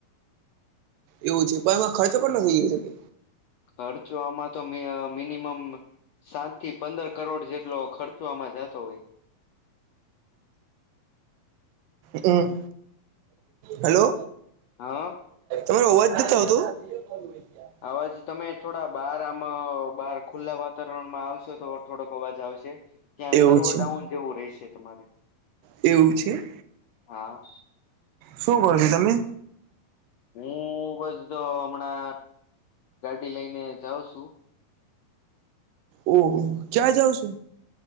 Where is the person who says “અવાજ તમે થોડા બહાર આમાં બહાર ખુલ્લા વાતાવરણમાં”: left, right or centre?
Left